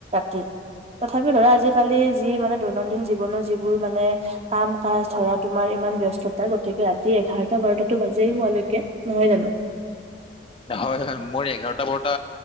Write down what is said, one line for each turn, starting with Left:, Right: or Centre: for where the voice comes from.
Right: <unintelligible> তথাপি ধৰা আজি। ছোৱালী যি মানে। দৈনন্দিন জীৱনৰ যিবোৰ মানে কাম। কাজ ধৰা তোমাৰ ইমান ব্যস্ততা গতিকে ৰাতি এঘাৰটা-বাৰটাটো বাজেই শোৱালৈকে নহয় জানো।
Left: হয়-হয় মোৰ এঘাৰটা বাৰটা